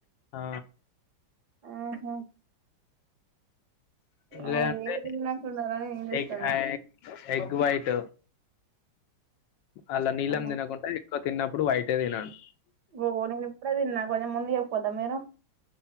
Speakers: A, on the left; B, on the right.
A: ఆ
B: ఆహా ఆ
A: లేదంటే
B: ఏ విటమిన్ అంటున్నారా అని నేను చూస్తాన్నా
A: ఎగ్ ఎగ్ వైట్ ఆల్లా నీలం
B: ఆ,
A: తినకుండా ఎక్కువ తిన్న ప్పుడు వైట్ ఏ తినను
B: ఓ నేను ఇప్పుడే తిన్నా కొంచెం ముందు చెప్పోద్దా మీరు